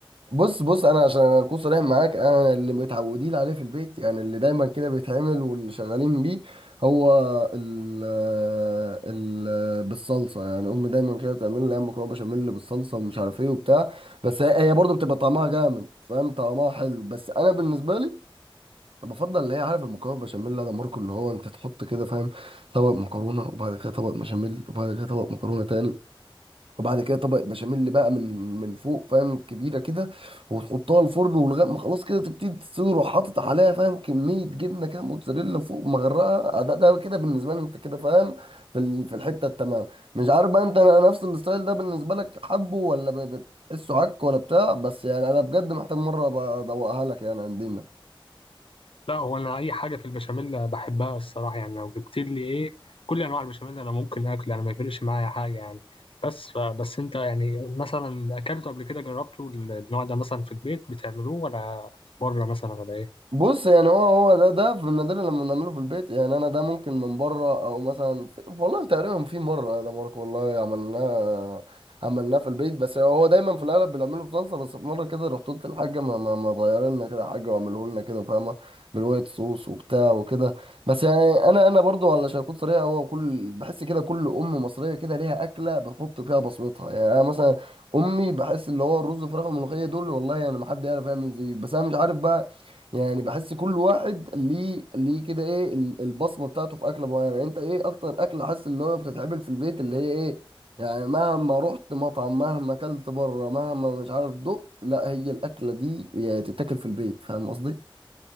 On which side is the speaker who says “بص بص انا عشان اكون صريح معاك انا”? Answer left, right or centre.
Right